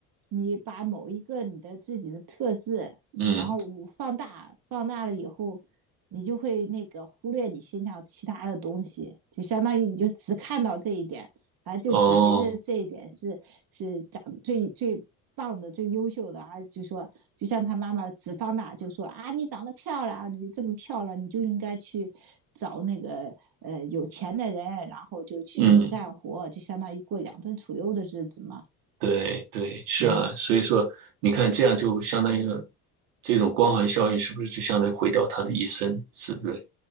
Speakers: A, on the right (about 55°); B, on the right (about 75°).
A: 你把某一个你的自己的特质，
B: 嗯，
A: 然后放大，放大了以后，你就会那个忽略你身上其他的东西，就相当于你就只看到这一点，啊，就只觉得这一点是是长最最棒的、
B: 哦，
A: 最优秀的啊。就说，就像他妈妈只方，大就说啊，你长得漂亮啊，你这么漂亮，你就应该去找那个呃有钱的人，然后就去不干活，
B: 嗯。
A: 就相当于过养尊处优的日子嘛。
B: 对对，是啊，
A: 嗯。
B: 所以说你看，这样就相当于说这种光环效应是不是就相当于毁掉他的一生，是不是？